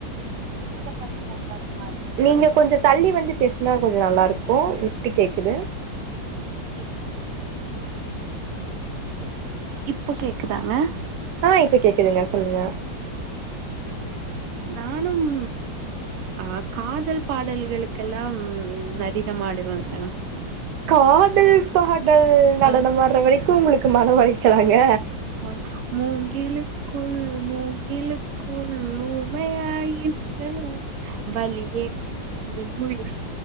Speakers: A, on the right; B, on the right.
A: எந்த பாட்டு போட்டா பாடு
B: நீங்க கொஞ்சோ தள்ளி வந்து பேசுனா கொஞ்சோ நல்லாருக்கு விட்டு கேக்குது
A: <inaudible> இப்ப கேக்குதாங்க?
B: ஆ இப்ப கேக்குதுங்க சொல்லுங்க.
A: நானும் ஆ காதல் பாடல்களுக்கெல்லாம் நடிதமாடுவங் மேம்.
B: காதல் பாடல் நடனமாட்ற
A: ஆ
B: வரைக்கு உங்குளுக்கு மன உலைச்சலாங்க?
A: அ மூங்கிலுக்குள் மூங்கிலு குள் ஊமையாகின்றன. வலியே என் உயிர்